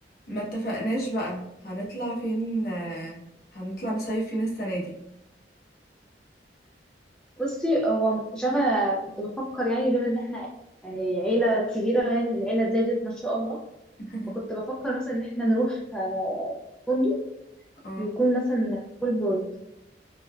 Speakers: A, on the left; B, in the centre.
A: ما اتفقناش بقى هنطلع فين آه، هنطلع نصيف فين السنة دي
B: بصي هو مش عارفه انا كنت بفكر يعني بما ان احنا يعني عيله كبيره يعني العيله زادت ما شاء الله
A: <laughs>
B: فكنت بفكر مثلا ان احنا نروح آه، فندق
A: اه
B: يكون مثلا فول بورد